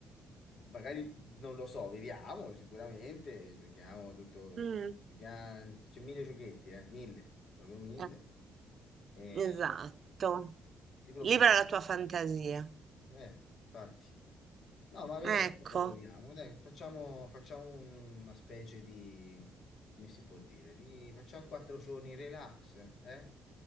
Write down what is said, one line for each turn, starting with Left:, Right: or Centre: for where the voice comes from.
Left: magari non lo so, vediamo sicuramente, giochiamo tutto,
Right: Mm,
Left: giochiamo- c'è mille giochetti, eh, mille, proprio mille,
Right: eh,
Left: e
Right: esatto.
Left: ti preoccupare,
Right: Libera la tua fantasia.
Left: eh, infatti. No, ma vedrai qualcosa
Right: Ecco.
Left: troviamo, dai, facciamo, facciamo una specie di, come si può dire, di, facciamo quattro giorni relax, eh?